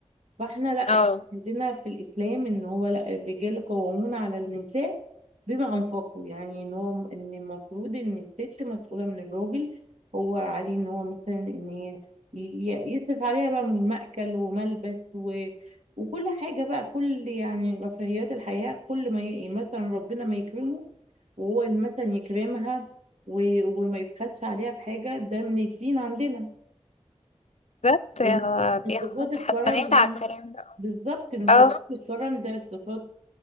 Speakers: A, on the right; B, on the left.
A: فاحنا لا
B: اه
A: احنا عندنا في الاسلام ان هو لا الرجال قوامون على النساء بما انفقوا يعني ان هو ان المفروض ان الست مسؤوله من الراجل هو عليه ان هو مثلا ان هي ي- يصرف عليها بقى من مأكل وملبس و... وكل حاجه بقى كل يعني رفاهيات الحياه كل ما ي... مثلا ربنا ما يكرمه وهو مثلا يكرمها و... وما يبخلش عليها بحاجه ده من الدين عندنا
B: بالظبط آه،
A: من
B: بياخد
A: صفات الكرم
B: حسنات
A: يعني
B: على الكلام ده
A: بالظبط من صفات
B: اه
A: الكرم ده صفات